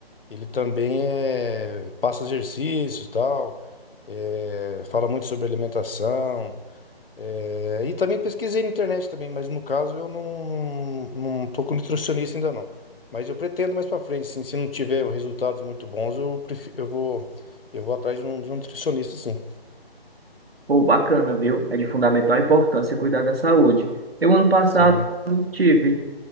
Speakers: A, on the left; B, on the right.
A: ele também eh, passa exercícios e tal, eh, fala muito sobre alimentação. eh, e também pesquisei na internet também, mas no caso eu não, não, não tô com nutricionista ainda não. Mas eu pretendo mais pra frente, sim, se não tiver resultados muito bons, eu, prefi- eu vou, eu vou atrás de um, de um nutricionista, sim.
B: pô, bacana, viu? É de fundamental importância cuidar da saúde. Eu ano passado
A: Sim,
B: tive.